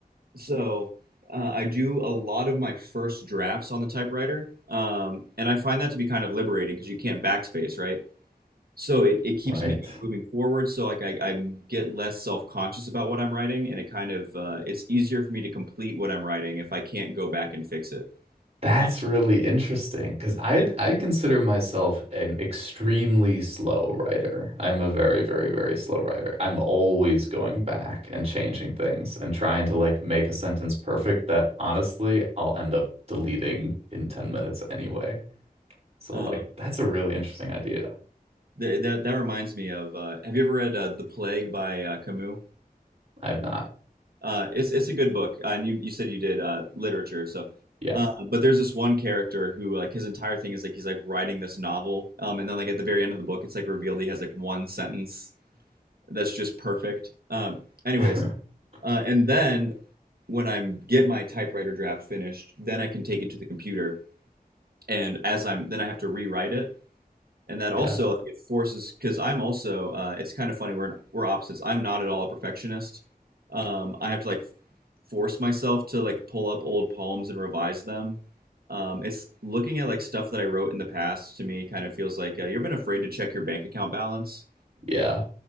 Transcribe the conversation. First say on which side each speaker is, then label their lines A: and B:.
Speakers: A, on the right; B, on the right.
A: so uh, I do a lot of my first drafts on the typewriter, um, and I find that to be kind of liberating because you can't backspace, right? So it, it keeps
B: Right.
A: me moving forward. So like I, I get less self-conscious about what I'm writing, and it kind of uh, it's easier for me to complete what I'm writing if I can't go back and fix it.
B: That's
A: Uh,
B: really interesting because I'd
A: and
B: I'd consider myself an extremely slow writer. I'm a very, very, very slow writer. I'm always going back and changing things and trying to like make a sentence perfect that honestly I'll end up deleting in 10 minutes anyway. So
A: um,
B: like that's a really interesting idea.
A: th that that reminds me of uh, have you ever read uh, The Plague by uh, Camus?
B: I've not.
A: Uh, it's it's a good book, uh, and you you said you did uh, literature, so.
B: Yeah.
A: Uh, but there's this one character who like his entire thing is like he's like writing this novel, um, and then like at the very end of the book, it's like revealed he has like one sentence that's just perfect. Um, anyways.
B: <laughs>
A: Uh, and then when I get my typewriter draft finished, then I can take it to the computer. And as I'm, then I have to rewrite it. And that
B: Yeah.
A: also like, it forces, because I'm also, uh, it's kind of funny, we're, we're opposites. I'm not at all a perfectionist. Um, I have to like force myself to like pull up old poems and revise them. Um, it's looking at like stuff that I wrote in the past to me kind of feels like uh, you've been afraid to check your bank account balance.
B: Yeah.